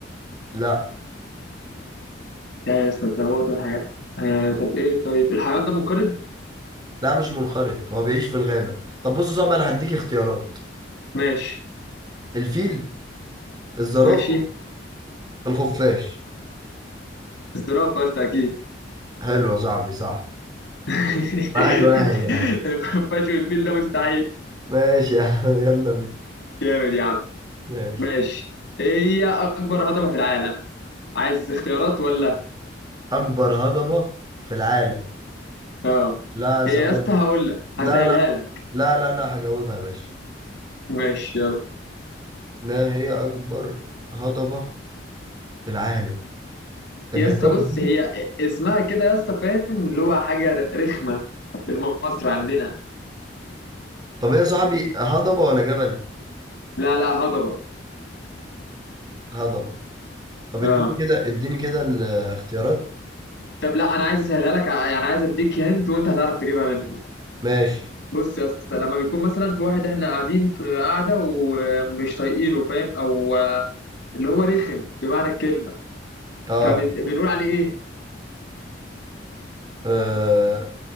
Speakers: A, on the right (about 25°); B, on the left (about 70°).
A: لا
B: لا يا أستاذ ده هو أطول حيوان آه، طب إيه طيب الحيوان ده منقرض
A: لا مش منقرض هو بيعيش في الغابة طب بص يا صاحبي أنا هديك اختيارات
B: ماشي
A: الفيل الزرافة
B: ماشي
A: الخفاش
B: الزرافة بس أكيد
A: حلو يا صاحبي صح
B: <laughs>
A: واحد واحد يا عم
B: الخفاش والفيل ده مستحيل
A: <laughs> ماشي يا عم يلا بينا
B: جامد يا عم
A: ماشي
B: ماشي إيه هي أكبر هضبة في العالم عايز اختيارات ولا
A: أكبر هضبة في العالم
B: اه
A: لا ثواني
B: هي يا اسطى هقول لك
A: لا
B: هسهلها
A: لا
B: لك
A: لا لا أنا هجاوبها يا باشا
B: ماشي يلا
A: ما هي أكبر هضبة في العالم الهضاب
B: يا اسطى بص
A: دي
B: هي اسمها كده يا اسطى فاهم اللي هو حاجة ر- رخمة في مصر عندنا
A: طب هي يا صاحبي هضبة ولا جبل؟
B: لا لا هضبة
A: هضبة طب
B: اه
A: اديني كده اديني كده الاختيارات
B: طب لا أنا عايز أسهلها لك ع- يعني عايز أديك هنت وأنت هتعرف تجيبها مني
A: ماشي
B: بص يا اسطى لما بيكون مثلا في واحد احنا قاعدين في قاعده ومش طايقينه فاهم او اللي هو رخم بمعنى الكلمه
A: اه,
B: فبنقول عليه ايه
A: آه.